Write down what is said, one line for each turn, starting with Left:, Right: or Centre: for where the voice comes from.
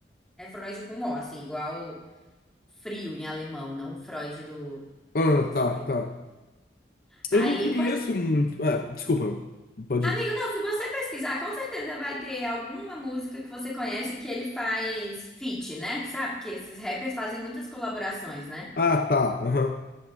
Centre: É Freud com O, assim, igual frio em alemão, não Freud do
Left: Ah,
Centre: nosso
Left: tá,
Centre: pensamento.
Left: tá.
Centre: Aí,
Left: Eu não conheço
Centre: pois, é.
Left: muito. Ah, desculpa, pode
Centre: amigo,
Left: ir.
Centre: não, se você pesquisar, com certeza vai ter alguma música que você conhece que ele faz feat, né? Sabe que esses rappers fazem muitas colaborações, né?
Left: Ah, tá. aham.